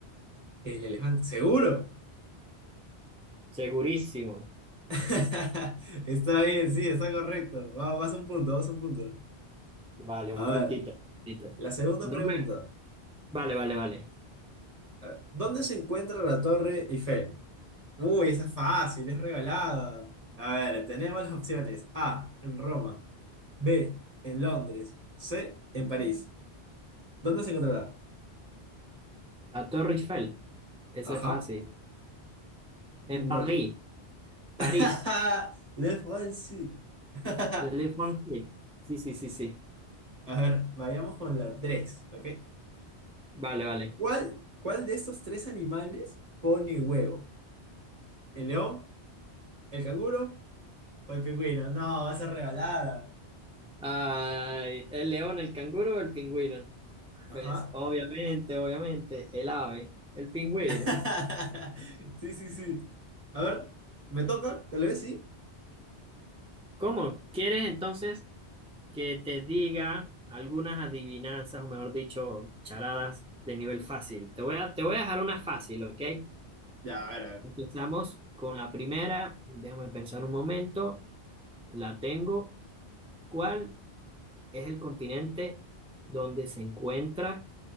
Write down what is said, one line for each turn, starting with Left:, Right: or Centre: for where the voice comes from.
Right: El elefante, seguro.
Centre: Segurísimo.
Right: <laughs> Está bien, sí, está correcto. Va- Vas a un punto, vas a un punto.
Centre: Vale,
Right: A
Centre: un puntito.
Right: ver.
Centre: Puntito.
Right: La segunda
Centre: No
Right: pregunta.
Centre: me- Vale, vale, vale.
Right: A ver, ¿Dónde se encuentra la Torre Eiffel? Uy, esa es fácil, es regalada. A ver, tenemos las opciones. A, en Roma. B, en Londres. C, en París. ¿Dónde se encontrará?
Centre: La Torre Eiffel. Eso
Right: Ajá,
Centre: es fácil. En
Right: ¿en
Centre: París,
Right: dónde? <laughs>
Centre: París,
Right: Le fancy. <laughs>
Centre: Le Français. Sí, sí, sí, sí.
Right: A ver, vayamos con la tres ¿ok?
Centre: Vale, vale.
Right: ¿Cuál, cuál de estos tres animales pone huevo? ¿El león, el canguro o el pingüino? No, va a ser regalada.
Centre: Ay, el león, el canguro o el pingüino.
Right: Ajá.
Centre: Pues obviamente, obviamente, el ave, el pingüino.
Right: <laughs> Sí, sí, sí. A ver, ¿me toca? Tal vez sí.
Centre: ¿Cómo? ¿Quieres entonces que te diga algunas adivinanzas, o mejor dicho, charadas de nivel fácil? Te voy a, te voy a dejar una fácil, ¿ok?
Right: Ya, a ver, a ver.
Centre: Empezamos con la primera. Déjame pensar un momento. La tengo. ¿Cuál es el continente donde se encuentra